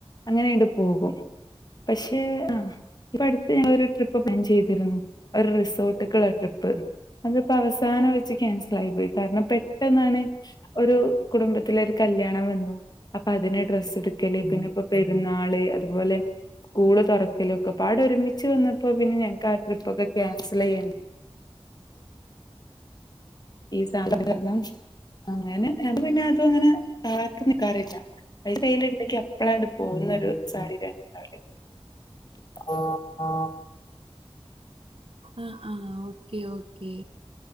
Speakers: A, on the left; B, on the right.
A: അങ്ങനെയണ്ട് പോകും പക്ഷേ ആ ഇപ്പ അടുത്ത് ഞ ങ്ങ ളൊരു ട്രിപ്പ്പ്ലാൻ ചെയ്തിരുന്നു ഒരു റിസോർട്ടക്കുള്ള ട്രിപ്പ് അതിപ്പോ അവസാനം വെച്ച് ക്യാൻസ പോയി കാരണം പെട്ടെന്നാണ് ഒരു കുടുംബത്തില കല്യാ ണ്ടാവല് അപ്പൊ അതിനെ ഡ്രസ് എടുക്കല് പിന്നെ ഇപ്പ പെരുന്നാള് അതുപോലെ സ്കൂള് തുറക്കലൊക്കെ പാട ഒരുമിച്ച് വന്നപ്പോ പിന്നെ ഞങ്ങക്ക് ആ ട്രിപ്പ് ഒക്കെ ക്യാൻസൽ ചെയ്യേ ഈ സധകരണം അങ്ങനെ അത് പിന്നെ ഇപ്പോ അങ്ങനെ കാത്ത് നിക്കാറില്ല അതി കയ്ൽ ഇണ്ടെങ്കി അപ്പളാണ്ട് പോകുന്നൊ ഒരു സാഹചര്യ അവര് <unintelligible>
B: ആഹാ ആഹാ ഓക്കെ ഓക്കെ